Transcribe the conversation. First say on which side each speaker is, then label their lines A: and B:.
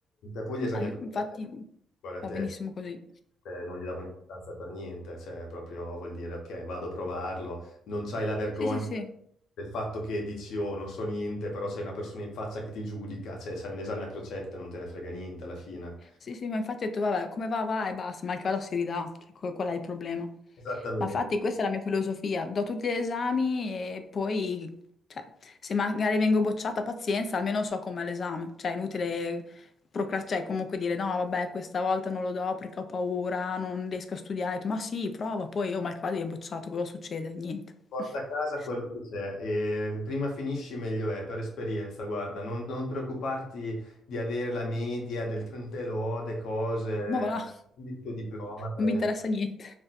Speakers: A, on the left; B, on the left.
A: Poi gli esami
B: ai-
A: a crocette,
B: infatti
A: guarda
B: va
A: te.
B: benissimo così.
A: eh, non gli davo importanza per niente, cioè proprio vuol dire ok, vado a provarlo, non c'hai la vergogna
B: Sì, sì, sì.
A: del fatto che dici oh, non so niente, però c'hai una persona in faccia che ti giudica, cioè sai un esame a crocette, non te ne frega niente alla fine.
B: Sì, sì, ma infatti ho detto, vabbè, come va, va e basta, mal che vada si ridà, cioè, qual, qual è il problema? Ma
A: Esattamente.
B: infatti questa è la mia filosofia, do tutti gli esami e poi, cioè, se magari vengo bocciata, pazienza, almeno so com'è l'esame, cioè è inutile procrastinare, cioè comunque dire, no, vabbè, questa volta non lo do perché ho paura, non riesco a studiare, Ho detto, ma sì, prova, poi, oh, mal che vada viene bocciato, cosa succede? Niente.
A: Porta
B: <laughs>
A: a casa quello che c'è e prima finisci meglio è, per esperienza, guarda, non, non preoccuparti di avere la media del 30 e lode, cose,
B: Ma va là.
A: prendi il tuo diploma, prendi.
B: Non mi interessa niente.